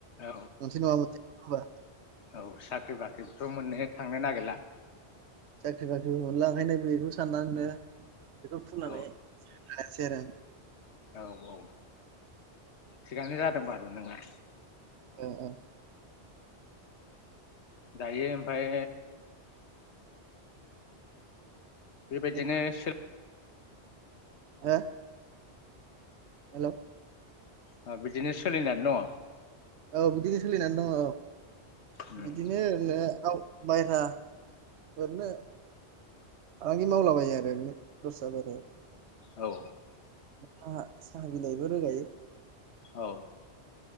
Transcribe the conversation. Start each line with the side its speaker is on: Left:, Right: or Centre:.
Left: औ
Right: मोनसे नङा मोनसे हाबा
Left: औ साख्रि बाख्रिबोथ' मोननो थांनो नागिरला
Right: साख्रि बाख्रिबो मोनला ओंखायनो बेखौ साननानैनो बेखौ खुंनानै
Left: औ
Right: <unintelligible>
Left: औ औ थिगानो जादों बारु नोङा
Right: अ अ
Left: दायो ओमफाय बेबायदिनो
Right: दे
Left: सोल
Right: हो हेल'
Left: आ बिदिनो सोलिनानै दङ'
Right: औ बिदिनो सोलिनानै दङ' औ
Left: उम
Right: बिदिनो ओरैनो औ बायहेरा ओरैनो फालांगि मावलाबायो आरो ओरैनो दस्रा बारियाव
Left: औ
Right: साहा -साहा बिलाइबो रोगायो।
Left: औ